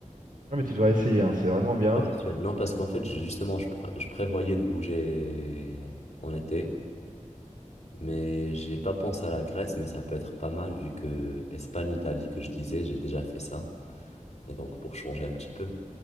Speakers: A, on the right (about 85°); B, on the left (about 55°).
A: Ouais, mais tu devrais essayer, hein, c'est vraiment bien.
B: Ouais, c'est sûr. Non, parce qu'en fait, je- justement, je, pré- je prévoyais de bouger en été, mais j'ai pas pensé à la Grèce, mais ça peut être pas mal vu que Espagne, Italie, que je disais, j'ai déjà fait ça. Et donc, pour changer un petit peu.